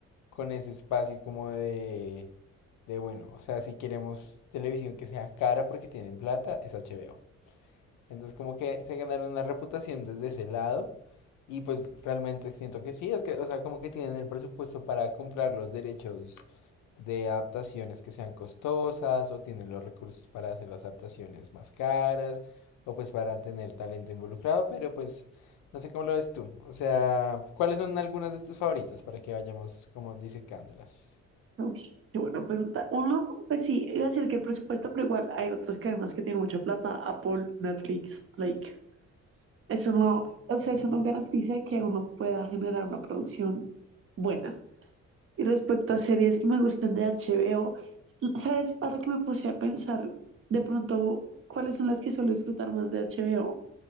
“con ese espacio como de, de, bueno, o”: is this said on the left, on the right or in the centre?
Left